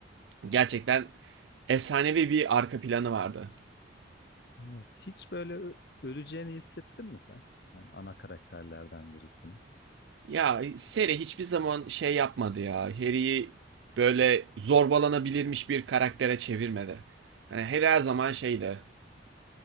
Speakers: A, on the right; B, on the left.
A: Gerçekten efsanevi bir arka planı vardı.
B: Evet. Hiç böyle ö- öleceğini hissettin mi sen? Yani ana karakterlerden birisin.
A: Ya seri hiçbir zaman şey yapmadı ya. Harry'i böyle zorbalanabilirmiş bir karaktere çevirmedi. Hani Harry her zaman şeydi.